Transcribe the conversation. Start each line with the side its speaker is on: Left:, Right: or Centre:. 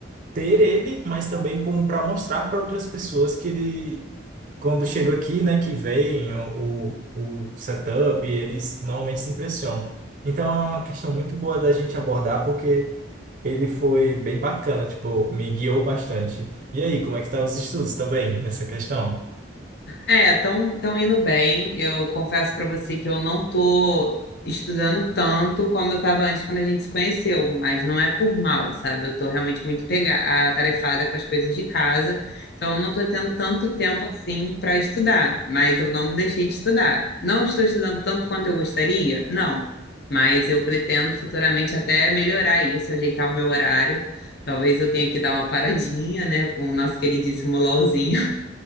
Right: ter ele, mas também como para mostrar para outras pessoas que ele quando chega aqui, né, que vem o, o, o setup, eles normalmente se impressionam. Então é uma questão muito boa da gente abordar, porque ele foi bem bacana, tipo, me guiou bastante. E aí, como é que tá os estudos também nessa questão?
Left: É, tão, tão indo bem. Eu confesso para você que eu não tô estudando tanto como eu estava antes quando a gente se conheceu, mas não é por mal, sabe? Eu tô realmente muito pega- atarefada com as coisas de casa, então eu não tô tendo tanto tempo assim para estudar, mas eu não deixei de estudar. Não estou estudando tanto quanto eu gostaria? Não, mas eu pretendo futuramente até melhorar isso, ajeitar o meu horário. Talvez eu tenha que dar uma paradinha, né, com o nosso queridíssimo LOLzinho